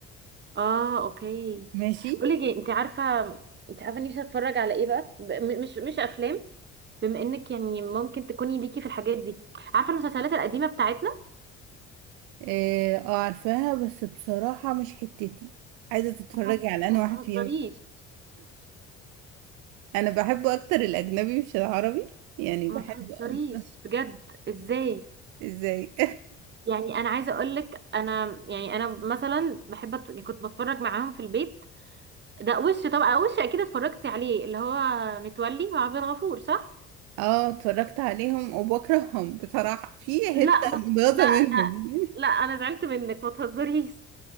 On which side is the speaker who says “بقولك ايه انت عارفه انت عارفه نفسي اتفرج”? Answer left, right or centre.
Right